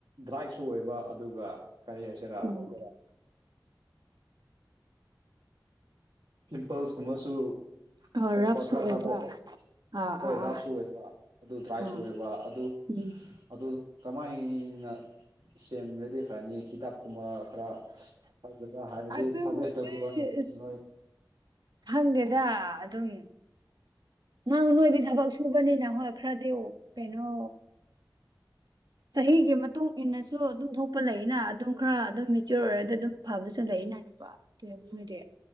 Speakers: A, on the right; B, on the right.
A: ꯗ꯭ꯔꯥꯏꯁꯨ ꯑꯣꯏꯕ ꯑꯗꯨꯒ ꯀꯔꯤ ꯍꯥꯏꯁꯤꯔꯥ
B: ꯎꯝ
A: ꯄꯤꯝꯄꯜꯁꯀꯨꯝꯕꯁꯨ
B: ꯑ
A: ꯊꯣꯛꯄ
B: ꯔꯐꯁꯨ
A: ꯈꯔ
B: ꯑꯣꯏꯕ
A: ꯈꯔ ꯀꯣ
B: ꯑꯥ
A: ꯍꯣꯏ
B: ꯑꯥ
A: ꯔꯐꯁꯨ
B: ꯑꯥ
A: ꯑꯣꯏꯕ ꯑꯗꯨ ꯗ꯭ꯔꯥꯏꯁꯨ
B: ꯑꯥ
A: ꯑꯣꯏꯕ ꯑꯗꯨ
B: ꯎꯝ
A: ꯑꯗꯨ ꯀꯃꯥꯏꯅ ꯁꯦꯝꯔꯗꯤ ꯐꯔꯅꯤ ꯍꯤꯗꯥꯛꯀꯨꯝꯕ ꯈꯔ ꯐꯖꯕ ꯍꯥꯏꯔꯗꯤ
B: ꯑꯗꯨꯕꯨꯗꯤ
A: ꯁꯖꯦꯁ ꯇꯧꯕꯤꯔꯣꯅꯦ
B: ꯏꯁ
A: ꯅꯣꯏ
B: ꯈꯪꯗꯦꯗ ꯑꯗꯨꯝ ꯅꯪ ꯅꯣꯏꯗꯤ ꯊꯕꯛ ꯁꯨꯕꯅꯤꯅ ꯍꯣꯏ ꯈꯈ꯭ꯔꯗ ꯀꯩꯅꯣ ꯁ ꯍꯤꯒꯤ ꯃꯇꯨꯡ ꯏꯟꯅꯁꯨ ꯑꯗꯨꯝ ꯊꯣꯛꯄ ꯂꯩꯌꯦꯅ ꯑꯗꯨꯝ ꯈꯔ ꯑꯗꯨꯝ ꯃꯦꯆꯌꯣꯔ ꯑꯣꯏꯔꯗꯤ ꯑꯗꯨꯝ ꯐꯕꯁꯨ ꯂꯩꯅ ꯅꯨꯀꯣ ꯑꯗꯨꯨꯡꯒꯤꯗꯤ